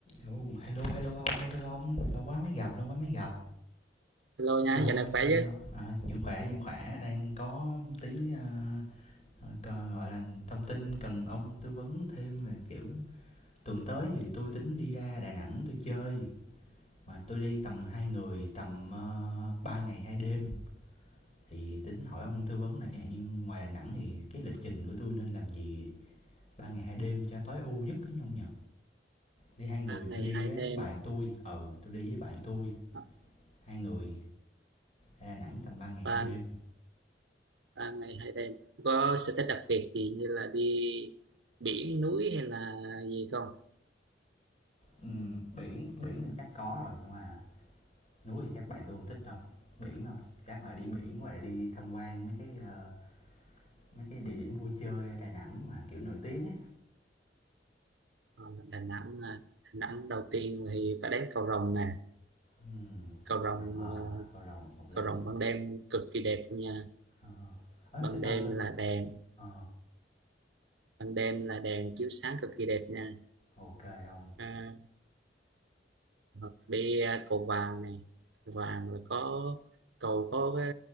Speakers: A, on the left; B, on the right.
A: Ồ, hello hello ông, hello ông, lâu quá mới gặp, lâu quá mới gặp.
B: Hello nhá,
A: Ờ,
B: giờ này khỏe
A: nó-
B: chứ?
A: à, vẫn khỏe, vẫn khỏe, đang có tí à, ờ, co- gọi là thông tin cần ông tư vấn thêm về kiểu tuần tới thì tôi tính đi ra Đà Nẵng tôi chơi mà tôi đi tầm hai người, tầm uh, 3 ngày hai đêm thì tính hỏi ông tư vấn là chẳng hạn như ngoài Đà Nẵng thì cái lịch trình của tôi nên làm gì ba ngày hai đêm cho tối ưu nhất cái ông nhỉ? Đi hai người
B: Ba
A: tôi
B: ngày
A: đi
B: hai
A: với
B: đêm,
A: bạn tôi, ừ, tôi đi với bạn tôi
B: à,
A: hai người Đà Nẵng tầm 3 ngày 2
B: ba
A: đêm
B: ba ngày hai đêm. Có sở thích đặc biệt gì như là đi biển núi hay là gì không?
A: Ừm, Biển biển thì chắc có rồi nhưng mà núi thì chắc bạn tôi không thích đâu Biển thôi chắc là đi biển và đi tham quan mấy cái ờ, mấy cái địa điểm vui chơi ở Đà Nẵng mà kiểu nổi tiếng ấy
B: Ờ, Đà Nẵng, à, Đà Nẵng đầu tiên thì phải đến cầu Rồng nè.
A: Ừm,
B: Cầu Rồng,
A: cầu rồng ờ
B: ờ,
A: à, cầu rồng hợp lý
B: cầu Rồng ban đêm cực kỳ đẹp luôn nha.
A: Ờ, ơ
B: Ban
A: từ từ
B: đêm
A: từ
B: là đèn,
A: ờ
B: ban đêm là đèn chiếu sáng cực kỳ đẹp nha.
A: ok không
B: À, hoặc đi à, cầu Vàng này, cầu Vàng là có cầu có cái